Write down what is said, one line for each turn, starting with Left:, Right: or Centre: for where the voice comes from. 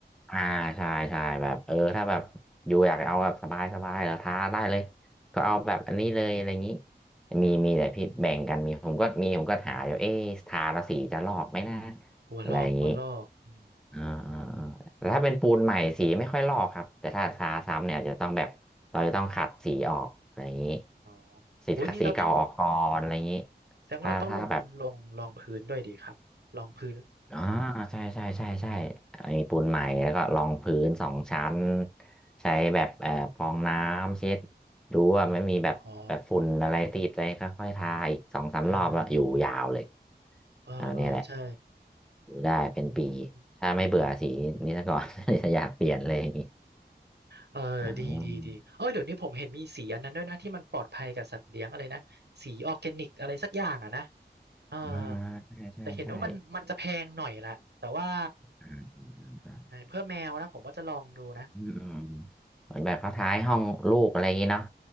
Centre: อ่าใช่ใช่แบบเออถ้าแบบอยู่อยากเอาแบบสบายสบายเหรอท้าได้เลย
Right: เออ
Centre: ก็เอาแบบอันนี้เลยอะไรอย่างนี้
Right: อืม
Centre: มีมีแต่พี่แบ่งกันมีผมก็มีผมก็หาอยู่เอ๊ะทาละสีจะลอกไหมนะ
Right: กลัวลอกกลัวลอกอืม
Centre: อะไรอย่างนี้ อ่าอ่าอ่าแต่ถ้าเป็นปูนใหม่สีไม่ค่อยลอกครับ แต่ถ้าทาซ้ำเนี่ยอาจจะต้องแบบ เราจะต้องขัดสีออกอะไรอย่างนี้
Right: อ๋อ
Centre: สีสีเก่าออกก่อนอะไรอย่างนี้
Right: โอ้ยนี่เราต้องแสดงว่าเราต้องลงลงรองพื้นด้วยดีครับรองพื้น
Centre: ถ้าถ้าแบบ อ่าใช่ใช่ใช่ใช่มีปูนใหม่แล้วก็รองพื้นสองชั้น
Right: อม
Centre: ใช้แบบเอ่อฟองน้ำเช็ดดูว่าไม่มีแบบแบบฝุ่นอะไรติดเลยค่อยๆทาอีกสองสามรอบแล้วอยู่ยาวเลย
Right: อ๋ออ่าเออเออใช่
Centre: เอาเนี่ยแหละอยู่ได้เป็นปี
Right: อืม
Centre: ถ้าไม่เบื่อสีนี้ซะก่อน <laughs> จะอยากเปลี่ยนเลยอย่างนี้
Right: เออดีดีดีเออเดี๋ยวนี้ผมเห็นมีสีอันนั้นด้วยนะที่มันปลอดภัยกับสัตว์เลี้ยงอะไรนะสีออร์แกนิกอะไรสักอย่างอ่ะนะ
Centre: อ๋อ
Right: เออ
Centre: อ่าใช่ใช่ใช่
Right: แต่เห็นว่ามันมันจะแพงหน่อยแหละแต่ว่า
Centre: อืมอืมอืม
Right: เอ่อเพื่อแมวนะผมว่าจะลองดูนะ
Centre: อืมอืมเหมือนแบบเขาท้ายห้องลูกอะไรอย่างนี้เนาะ